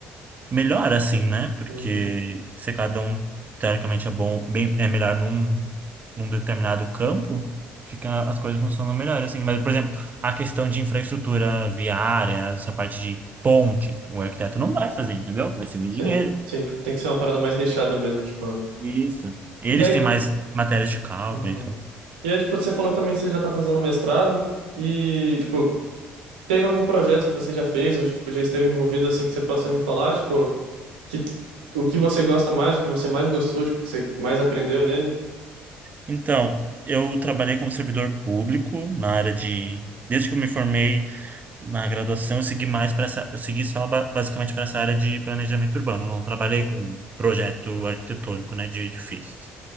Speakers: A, on the right (about 35°); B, on the right (about 80°).
A: melhor, assim, né? Porque
B: uhum.
A: se cada um, teoricamente, é bom, bem, é melhor num, num determinado campo, fica, as coisas funcionam melhor, assim. Mas, por exemplo, a questão de infraestrutura viária, essa parte de pontes, o arquiteto não vai fazer, entendeu? Vai ser um engenheiro.
B: Sim, sim, tipo, tem que ser uma parada mais nichada mesmo, tipo.
A: Isso. Eles
B: E aí,
A: têm mais matérias de cálculo,
B: uhum.
A: enfim.
B: E aí, tipo, você falou que também você já tá fazendo um mestrado, e, tipo, teve algum projeto que você já fez, ou, tipo, já esteve envolvido, assim, que você possa me falar, tipo, que, o que você gosta mais, o que você mais gostou, tipo, que você mais aprendeu nele?
A: Então, eu trabalhei como servidor público na área de... Desde que eu me formei, na graduação eu segui mais para essa, eu segui só ba- basicamente para essa área de planejamento urbano. Eu não trabalhei com projeto arquitetônico, né, de edifícios.